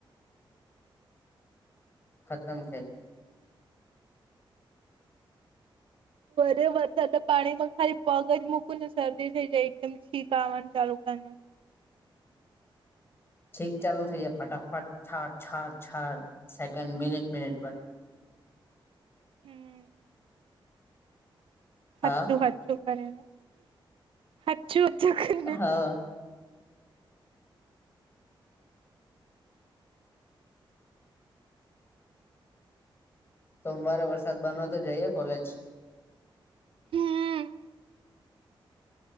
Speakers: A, on the left (about 25°); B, on the right (about 80°).
A: ખતમ ખ
B: રે વરસાદ પાણીમાં ખાલી પગ જ મૂકું ને શરદી થઈ જાય એકદમ છીક આવાનું ચાલુ કર
A: ઠીક ચાલુ થઈ જાય ફટાફટ છાર છાર સેકન્ડ મિનિટ મિનિટ
B: હમ હતું
A: હા
B: હતું કરે ને હાચુ હાચુ કરે
A: હ સોમવારે વરસાદ બન હો તો જઈયે કોલેજ
B: હમ